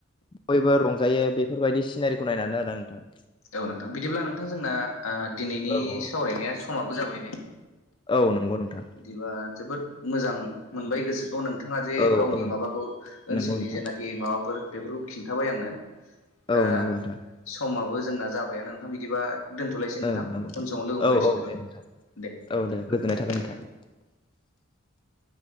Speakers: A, on the left (about 25°); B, on the left (about 85°).
A: बयबो रं- जायो बेफोरबायदि सिनारिखौ नायनानै आरो नोंथां
B: औ नोंथां बिदिब्ला नोंथां जोंना अ दिनैनि
A: औ
B: सावरायनाया समाबो जाबाय नै
A: औ नंगौ नोंथां
B: बिदिबा जोबोद मोजां मोनबाय गोसो नोंथाङा जे
A: औ
B: गावनि
A: औ
B: माबाखौ ओनसोलनि
A: नंगौ नोंथां
B: जेनाखि माबाफोर बेफोरखौ खिन्थाबाय आंनो
A: औ
B: दा
A: नंगौ नोंथां
B: समाबो जोंना जाबायानो नोंथां बिदिबा दोन्थ'लायसै
A: औ नंगौ
B: नोंथां उन समाव लोगो हमलायसिनो
A: औ औ दे नोंथां
B: दे नोंथां
A: औ दे <inaudible>